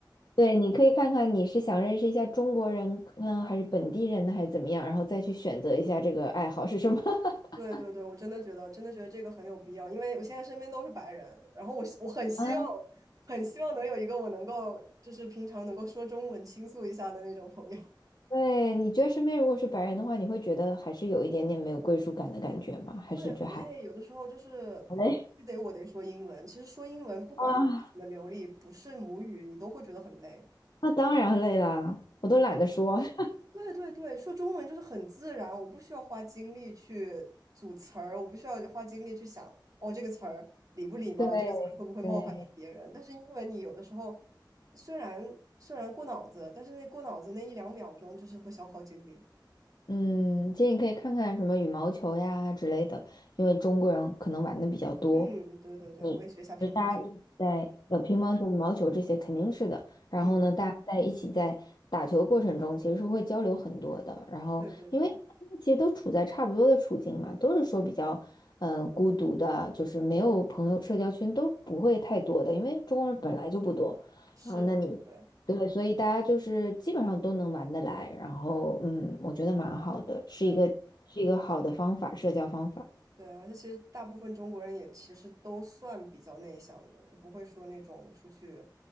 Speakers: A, on the left; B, on the right.
A: 对，你可以看看你是想认识一下中国人，嗯，还是本地人呢，还是怎么样，然后再去选择一下这个爱好是什么。<laughs>
B: 对对对，我真的觉得，真的觉得这个很有必要，因为我现在身边都是白人，然后我我很希望，
A: 啊，
B: 很希望能有一个我能够，就是平常能够说中文倾诉一下的那种朋友。
A: 对，你觉得身边如果是白人的话，你会觉得还是有一点点没有归属感的感觉吗？
B: <laughs>
A: 还是觉得还
B: 对，很累，有的时候就是嗯必须得我得说英文。
A: 好嘞？
B: 其实说英文，不管你怎么流利，
A: <laughs> 啊，
B: 不是母语，你都会觉得很累。
A: 那当然累啦，我都懒得说。<laughs>
B: 对对对对，说中文就是很自然，我不需要花精力去组词儿，我不需要花精力去想，哦，这个词儿礼不礼貌，
A: 对
B: 这个词儿会不会冒犯到别人。
A: 对，
B: 但是英文你有的时候虽然虽然过脑子，但是那过脑子那一两秒钟就是会消耗精力。
A: 嗯，其实你可以看看什么羽毛球呀之类的，因为中国人可能玩的比较多。
B: 嗯，对对对，
A: 你就大家一起在呃乒乓球、
B: 我也学一下乒乓球。
A: 羽毛球这些肯定是的。然后呢，
B: 嗯，
A: 大家在一起在打球过程中，其实是会交流很多的。然后，
B: 对对对，
A: 因为大家其实都处在差不多的处境嘛，都是说比较嗯、呃孤独的，就是没有朋友，社交圈都不会太多的，因为中国人本来就不多。
B: 是，
A: 然后，那你对，
B: 对
A: 所以大家就是基本上都能玩得来。然后，嗯，我觉得蛮好的，是一个是一个好的方法，
B: 对。
A: 社交方法。
B: 对，而且其实大部分中国人也其实都算比较内向的，都不会说那种出去，